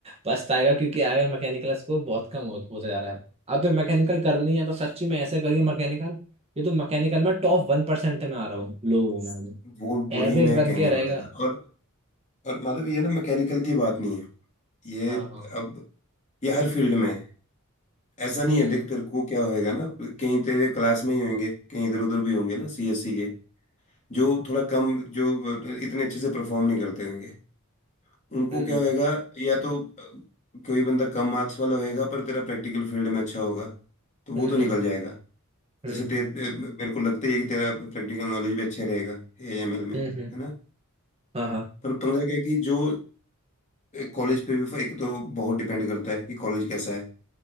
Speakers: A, on the right (about 30°); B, on the left (about 35°).
A: पछताएगा क्योंकि आगे मैकेनिकल स्कोप बहुत कम हो, होता जा रहा है अब तो मैकेनिकल करनी है तो सच्ची में ऐसे करियो मैकेनिकल ये तो मैकेनिकल में टॉप वन परसेंट में आ रहा हूँ लोगों में हूँ
B: वो वही
A: एवरेज
B: मैं
A: बन
B: कहने
A: के रहेगा
B: वाला था और और मतलब ये ना मैकेनिकल की बात नहीं है ये
A: हाँ हाँ
B: अब ये हर फील्ड में है ऐसा नहीं
A: हम्म
B: है देख तेरे को क्या होएगा ना कहीं तेरे क्लास में ही होंगे कहीं इधर उधर भी होंगे ना सीएससी के जो थोड़ा कम जो इतने अच्छे से परफॉर्म नहीं करते होंगे उनको
A: हम्म
B: क्या होएगा या तो अ, कोई बंदा कम मार्क्स वाला होएगा पर तेरा प्रैक्टिकल फील्ड में अच्छा होगा तो वो
A: हम्म
B: तो
A: हम्म
B: निकल जाएगा
A: हम्म
B: जैसे ते, ते- मेरे को लगता ही है कि तेरा प्रैक्टिकल नॉलेज भी अच्छा रहेगा एएमएल में
A: हम्म
B: है
A: हम्म,
B: ना
A: हाँ हाँ
B: पर पंगा क्या है कि जो कॉलेज पे भी एक तो बहुत डिपेंड करता है कि कॉलेज कैसा है